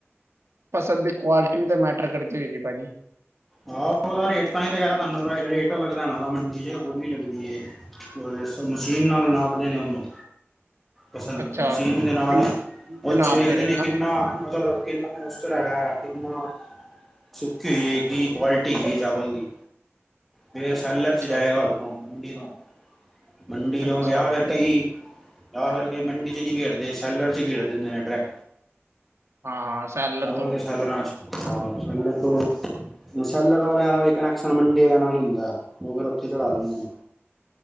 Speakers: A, on the right; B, in the centre.
A: ਫਸਲ ਦੀ ਕੁਆਲਿਟੀ ਵੀ ਤਾਂ ਮੈਟਰ ਕਰਦੀ ਹੋਏਗੀ ਭਾਜੀ।
B: ਆਹੋ ਉਹਦਾ ਰੇਟ ਤਾਂ ਹੀ ਕਹਿ ਰਿਹਾ ਤੁਹਾਨੂੰ ਰੇਟ ਲੱਗਦ। ਉਹਦਾ ਮੰਡੀ ਚ ਹੋਰ ਨੀ ਲੱਗਦੀ। ਉਹਦੇ ਮਸ਼ੀਨ ਨਾਲ ਨਾਪਦੇ ਨੇ ਉਹਨੂੰ। ਫਸਲ
A: ਅੱਛਾ
B: ਮਸ਼ੀਨ ਦੇ ਨਾਲ
A: ਬੀਜ ਬੀਜ
B: ਉੱਚ
A: ਨਾਪਦੇ
B: ਵੇਖਦੇ ਨੇ
A: ਨਾ
B: ਕਿੰਨਾ ਮਤਲਬ, ਕਿਨਾ ਮਸਤ ਹੇਗਾ ਕਿਨਾ ਸੁੱਕੀ ਹੋਈ ਇੱਕ ਕੀ ਕੁਆਲਿਟੀ ਕੀ ਚਾਵਲ ਦੀ। ਫਿਰ ਸੈਲਰ ਚ
A: ਅੱਛਾ
B: ਜਾਏਗਾ। ਉਧਰੋਂ ਮੰਡੀ ਤੋਂ। ਮੰਡੀ ਜੋ
A: ਅੱਛਾ
B: ਯ ਫਿਰ। ਕਈ ਔਰ ਕਈ ਮੰਡੀ ਚ ਨਹੀ ਗੇਰਦੇ ਸੈਲਰ ਚ ਗੇਰਦੇ ਨੇ ਡਰੈਕ
A: ਹਾਂ ਹਾਂ ਸੈਲਰ
B: ਚਾਵਲ
A: ਤੋਂ
B: ਨੇ ਸੇਲਰਾ ਚ ਹਾਂ ਸੇਲਰ ਤੋ ਮਸੈਲਰ ਵਾਲਿਆਂ ਦਾ ਵੀ ਕਨੈਕਸ਼ਨ ਮੰਡੀ ਵਾਲੀਆ ਨਾਲ ਹੁੰਦਾ ਉਹ ਫੇਰ ਉੱਥੇ ਚੜਾ ਦਿੰਦੇ। ਨੇ।